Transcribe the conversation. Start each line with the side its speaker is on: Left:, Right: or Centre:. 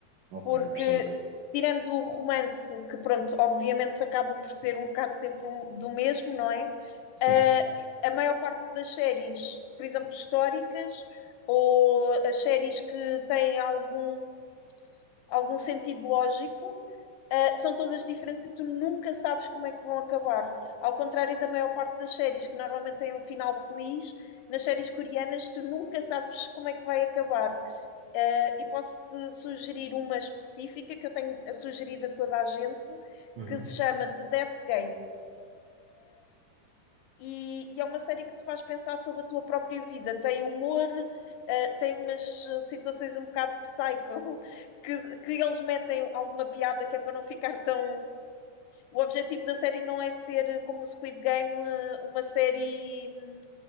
Right: Ok,
Left: porque
Right: percebo.
Left: tirando o romance, que pronto, obviamente acaba por ser um bocado sempre um- do mesmo, não é?
Right: Sim.
Left: Ah, a maior parte das séries, por exemplo, históricas, ou as séries que têm algum, algum sentido lógico, ah, são todas diferentes e tu nunca sabes como é que vão acabar. Ao contrário da maior parte das séries, que normalmente têm um final feliz, nas séries coreanas tu nunca sabes como é que vai acabar. Eh, e posso-te sugerir uma específica que eu tenho sugerido a toda a gente,
Right: Uhum.
Left: que se chama The Death Game. E, e é uma série que te faz pensar sobre a tua própria vida. Tem humor, eh, tem umas eh, situações um bocado psycho, <laughs> que, que eles metem alguma piada que é para não ficar tão. O objetivo da série não é ser, como o Squid Game, eh, uma série hum,